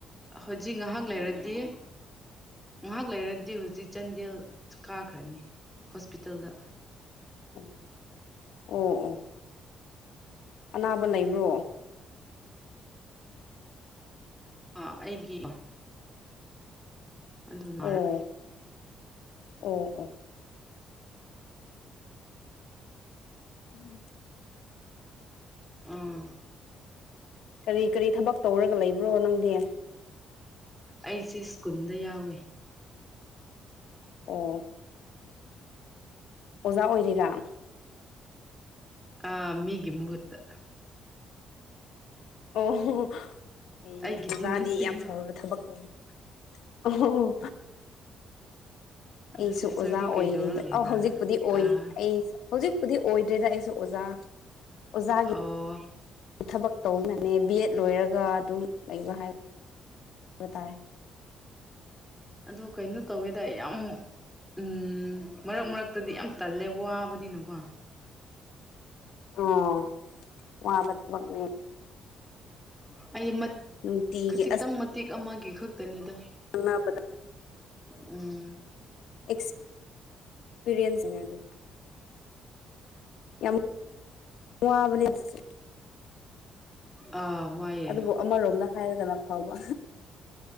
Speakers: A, in the centre; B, on the left.
A: ꯍꯧꯖꯤꯛ ꯉꯥꯏꯍꯥꯛ ꯂꯩꯔꯗꯤ ꯉꯥꯏꯍꯥꯛ ꯂꯩꯔꯗꯤ ꯍꯧꯖꯤꯛ ꯆꯥꯟꯗꯦꯜ ꯀꯥꯈ꯭ꯔꯅꯤ ꯍꯣꯁꯄꯤꯇꯥꯜꯗ
B: ꯑꯣ ꯑꯣ ꯑꯣ ꯑꯅꯥꯕ ꯂꯩꯕ꯭ꯔꯣ
A: ꯑꯥ ꯑꯩꯒꯤ ꯑꯗꯨ ꯅꯔꯦ
B: ꯑꯣ ꯑꯣ ꯑꯣ ꯎꯝ
A: ꯑꯥ
B: ꯀꯔꯤ ꯀꯔꯤ ꯊꯕꯛ ꯇꯧꯔꯒ ꯂꯩꯕ꯭ꯔꯣ ꯅꯪꯗꯤ
A: ꯑꯩꯁꯦ ꯁ꯭ꯀꯨꯜꯗ ꯌꯥꯎꯋꯦ
B: ꯑꯣ ꯑꯣꯖꯥ ꯑꯣꯏꯔꯤꯔꯥ
A: ꯑꯥ ꯃꯤꯒꯤ ꯃꯨꯍꯨꯠꯇ
B: ꯑꯣꯍꯣ ꯑꯩꯅꯦ
A: ꯑꯩꯒꯤꯗꯤ
B: ꯑꯣꯖꯥꯗꯤ
A: ꯅꯠꯇꯦ
B: ꯌꯥꯝ ꯐꯅ ꯊꯕꯛ ꯅꯤꯅꯦ ꯑꯣꯑꯣ
A: ꯑꯗꯨ
B: ꯑꯩꯁꯨ
A: ꯁꯤꯁꯇꯔꯗꯤ
B: ꯑꯣꯖꯥ ꯑꯣꯏꯔꯤꯕ
A: ꯀꯩꯗꯧꯔꯒ ꯂꯩꯕ꯭ꯔꯥ
B: ꯑꯧ ꯍꯧꯖꯤꯛꯄꯨꯗꯤ ꯑꯣꯏ
A: ꯑꯥ
B: ꯑꯩ ꯍꯧꯖꯤꯛꯄꯨꯗꯤ ꯑꯣꯏꯗ꯭ꯔꯦꯗ ꯑꯩꯁꯨ ꯑꯣꯖꯥ ꯑꯣꯖꯥꯒꯤ
A: ꯑꯣ
B: ꯊꯕꯛ ꯇꯧꯅꯅꯦ ꯕꯤ ꯑꯦꯗ ꯂꯣꯏꯔꯒ ꯒ ꯑꯗꯨꯝ ꯂꯩꯕ ꯍꯥꯏꯕ ꯍꯥꯏꯕ ꯇꯥꯔꯦ
A: ꯑꯗꯣ ꯀꯩꯅꯣ ꯇꯧꯋꯦꯗ ꯌꯥꯝ ꯎꯝ ꯃꯔꯛ ꯃꯔꯛꯇꯗꯤ ꯌꯥꯝ ꯇꯜꯂꯦ ꯋꯥꯕꯅꯤꯅꯀꯣ
B: ꯑꯣ ꯋꯥꯕ ꯊꯕꯛꯅꯦ
A: ꯑꯩ ꯃꯠ
B: ꯅꯨꯡꯇꯤꯒꯤ
A: ꯈꯖꯤꯛꯇꯪ ꯃꯇꯦꯛ ꯑꯃꯒꯤ ꯈꯛꯇꯅꯤꯗ
B: ꯈꯪꯅꯕꯗ
A: ꯎꯝ
B: ꯑꯦꯛꯄꯤꯔꯤꯟꯁꯅꯦ ꯑꯗꯨ ꯌꯥꯝ ꯋꯥꯕꯅꯦ ꯁꯤꯁꯨ
A: ꯑꯥ ꯋꯥꯏꯌꯦ
B: ꯑꯗꯨꯕꯨ ꯑꯃꯔꯣꯝꯗ ꯍꯥꯏꯔꯒꯅ ꯐꯥꯕ